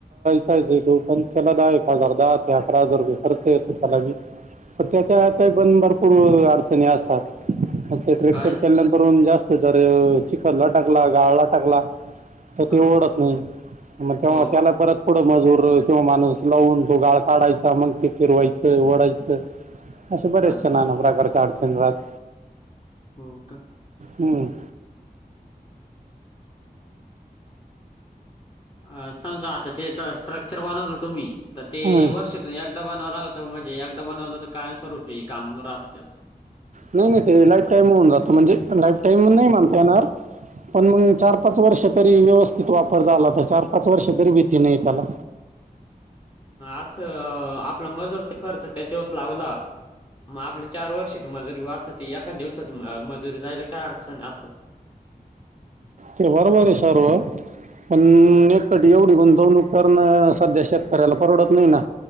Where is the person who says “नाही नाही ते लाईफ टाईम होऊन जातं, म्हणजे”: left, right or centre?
Right